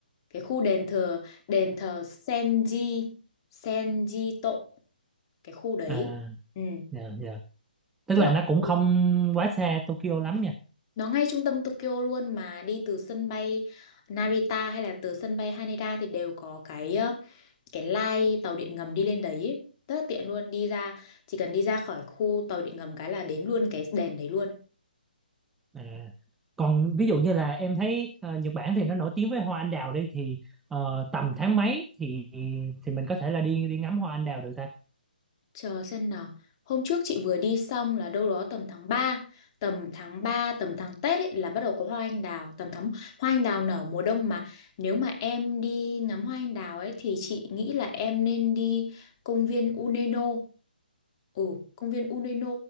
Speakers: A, on the left (about 30°); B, in the centre.
A: cái khu đền thờ đền thờ Senji Senjito cái khu đấy
B: à,
A: ừ
B: dạ, dạ. tức
A: rất
B: là
A: là
B: nó cũng
A: ok.
B: không quá xa Tokyo lắm nhỉ
A: nó ngay trung tâm Tokyo luôn mà đi từ sân bay Narita hay là từ sân bay Haneda thì đều có cái ờ, cái line tàu điện ngầm đi lên đấy ấy. rất là tiện luôn đi ra chỉ cần đi ra khỏi khu tàu điện ngầm cái là đến luôn cái đền đấy luôn
B: À, còn ví dụ như là em thấy ờ, Nhật Bản thì nó nổi tiếng với hoa anh đào đi thì ờ, tầm tháng mấy thì thì mình có thể là đi đi ngắm hoa anh đào được ta
A: Chờ xem nào. Hôm trước chị vừa đi xong là đâu đó tầm tháng ba tầm tháng ba tầm tháng Tết ấy là bắt đầu có hoa anh đào, tầm tháng hoa anh đào nở mùa đông mà. Nếu mà em đi ngắm hoa anh đào ấy thì chị nghĩ là em nên đi công viên Uneno. Ừ, công viên Uneno